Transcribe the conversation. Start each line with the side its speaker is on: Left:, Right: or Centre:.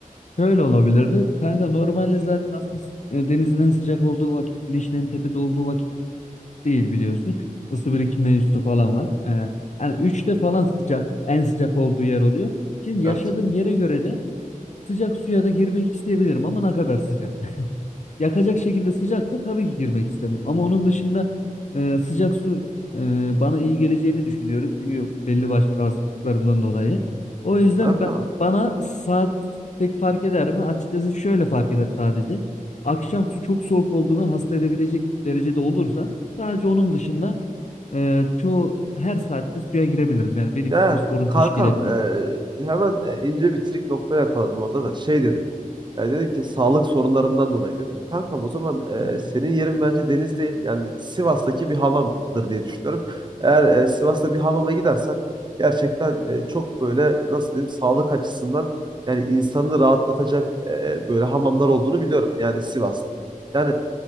Left: Şöyle olabilirdi. Kanka normalde zaten aslında e, denizin en sıcak olduğu vakit, güneşin en tepede olduğu vakit değil biliyorsun. Isı birikimi mevzusu falan var. E, yani üçte falan sıcak, en sıcak olduğu yer oluyor. Şimdi
Right: Evet.
Left: yaşadığım yere göre de Sıcak suya da girmek isteyebilirim ama ne kadar sıcak. <laughs> Yakacak şekilde sıcaksa tabii ki girmek istemem. Ama onun dışında e, sıcak su e, bana iyi geleceğini düşünüyorum. Çünkü belli başlı rahatsızlıklarımdan dolayı. O yüzden
Right: Kanka.
Left: ba- bana saat pek fark eder mi? Açıkçası şöyle fark eder sadece. Akşam su çok soğuk olduğundan hasta edebilecek derecede olursa sadece onun dışında e, çoğu her saatte suya girebilirim. Yani benim
Right: Ya
Left: için bir sorun
Right: kankam
Left: teşkil etmez.
Right: e, hemen e, ince bir trik nokta yakaladım orada da şey dedin. Yani dedin ki sağlık sorunlarından dolayı dedim. Kankam o zaman e,
Left: Evet.
Right: senin yerin bence deniz değil yani Sivas'taki bir hamamdır diye düşünüyorum. Eğer e, Sivas'ta bir hamama gidersen gerçekten e, çok böyle nasıl diyeyim sağlık açısından yani insanı rahatlatacak e, böyle hamamlar olduğunu biliyorum yani Sivas'ta. Yani